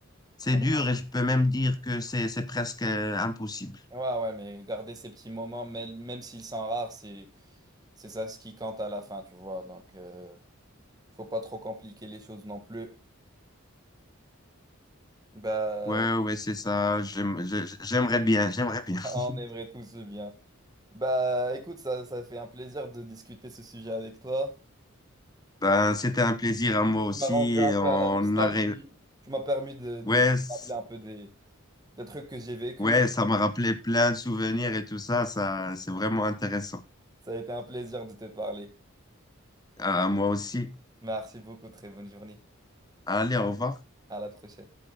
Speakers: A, on the left; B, on the right.
A: c'est
B: ah
A: dur
B: bah,
A: et je peux même dire que c'est, c'est presque euh, impossible.
B: ouais, ouais, mais garder ces petits moments, même, même s'ils sont rares, c'est, c'est ça ce qui compte à la fin, tu vois. Donc, euh, faut pas trop compliquer les choses non plus. Bah,
A: Ouais, ouais, c'est ça. J'aime- je- j'aimerais bien, j'aimerais
B: <laughs>
A: bien.
B: on
A: <laughs>
B: aimerait tous ce bien. Bah, écoute, ça, ça fait un plaisir de discuter ce sujet avec toi.
A: Ben, c'était un plaisir à
B: Donc,
A: moi aussi.
B: Tu m'as rendu un
A: et
B: peu
A: on
B: à la nostalgie.
A: arrive.
B: Tu m'as permis de, de,
A: Ouais,
B: de
A: c-
B: rappeler un peu des, des trucs que j'ai vécu.
A: ouais, ça m'a rappelé plein de souvenirs et tout ça. Ça, c'est vraiment intéressant.
B: Ça a été un plaisir de te parler.
A: À moi aussi.
B: Merci beaucoup. Très bonne journée.
A: Allez, au revoir.
B: À la prochaine.